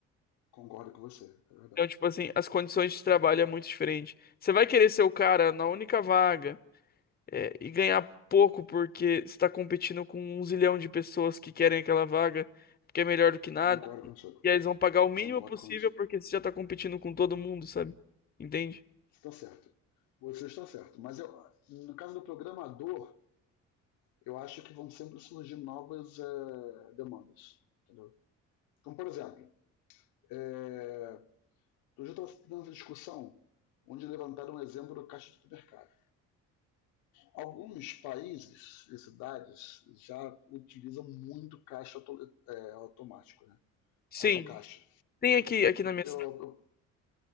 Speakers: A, on the left (about 80°); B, on the left (about 25°).
A: concordo com você, é verdade.
B: Então, tipo assim, as condições de trabalho é muito diferente. Você vai querer ser o cara na única vaga, é, e ganhar pouco porque você tá competindo com um zilhão de pessoas que querem aquela vaga, porque é melhor do que nada.
A: Concordo contigo.
B: E aí eles vão pagar o mínimo
A: Concordo
B: possível
A: contigo.
B: porque você já tá competindo com todo mundo, sabe? Entende?
A: Você está certo. Você está certo. Mas eu, no caso do programador, eu acho que vão sempre surgir novas é, demandas. Entendeu? Então, por exemplo, é, Outro dia eu estava tendo essa discussão, onde levantaram um exemplo do caixa de supermercado. Alguns países e cidades já utilizam muito caixa auto- é, automático, né?
B: Sim.
A: Autocaixa.
B: Tem aqui, aqui na minha
A: Eu, eu-